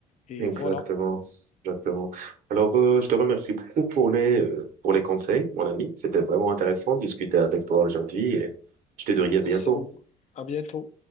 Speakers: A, on the left (about 50°); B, on the right (about 60°).
A: Et
B: Exactement,
A: voilà.
B: exactement. Alors, euh, je te remercie beaucoup pour les, euh, pour les conseils, mon ami. C'était vraiment intéressant de discuter avec toi aujourd'hui et je te dirai à
A: Merci
B: bientôt.
A: à vous. À bientôt.